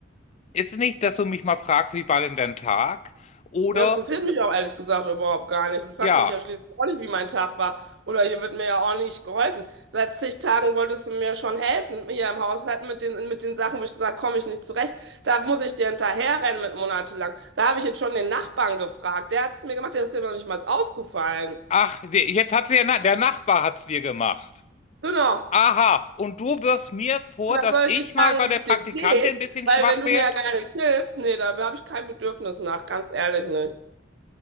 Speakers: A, on the left (about 35°); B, on the right (about 65°).
A: Ist nicht, dass du mich mal fragst, wie war denn dein Tag? Oder,
B: Ja, interessiert mich auch ehrlich gesagt überhaupt gar nicht. Du fragst
A: ja,
B: mich ja schließlich auch nicht, wie mein Tag war. Oder hier wird mir ja auch nicht geholfen. Seit zig Tagen wolltest du mir schon helfen, hier im Haushalt mit den, mit den Sachen, wo ich gesagt komme ich nicht zurecht. Da muss ich dir hinterherrennen mit monatelang. Da habe ich jetzt schon den Nachbarn gefragt. Der hat es mir gemacht, der ist dir noch nicht mal aufgefallen.
A: ach, der- jetzt hat sie ja, der Nachbar hat's dir gemacht.
B: Genau.
A: Aha, und du wirfst mir vor,
B: Und dann
A: dass
B: soll
A: ich
B: ich dich fragen,
A: mal bei
B: wie
A: der
B: es
A: Praktikantin
B: dir geht,
A: ein bisschen
B: weil
A: schwach
B: wenn du
A: werd?
B: mir ja gar nicht hilfst, nee, da habe ich kein Bedürfnis nach, ganz ehrlich nicht.